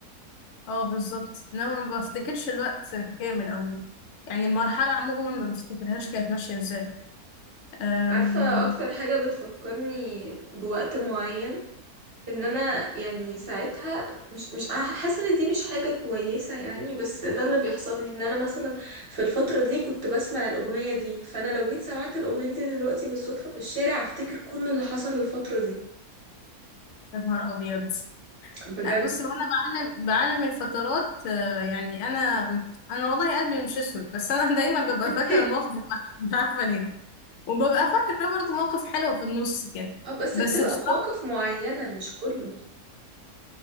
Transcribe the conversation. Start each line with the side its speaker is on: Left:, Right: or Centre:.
Left: اه بالظبط انما ما بفتكرش الوقت كامل عموما يعني المرحلة عموما ما بفتكرهاش كانت ماشية ازاي أم،
Right: عارفة اكتر حاجة بتفكرني بوقت معين ان انا يعني ساعتها مش مش حاسة ان دي مش حاجة كويسة يعني بس ده اللي بيحصل لي ان انا مثلا في الفترة دي كنت بسمع الاغنية دي فانا لو جيت سمعت الاغنية دي دلوقتي بالصدفة في الشارع هفتكر كل اللي حصل الفترة دي
Left: يا نهار ابيض
Right: بجد
Left: لا بصي وانا بعلم بعلم الفترات آه، يعني انا انا والله قلبي مش اسود بس انا <laughs> دايما ببقى
Right: <laughs>
Left: فاكرة المواقف الوحشة، مش عارفة ليه وببقى فاكرة برضه مواقف حلوة في النص كده
Right: اه بس
Left: بس
Right: بتبقى
Left: بصراحة
Right: مواقف معينة مش كله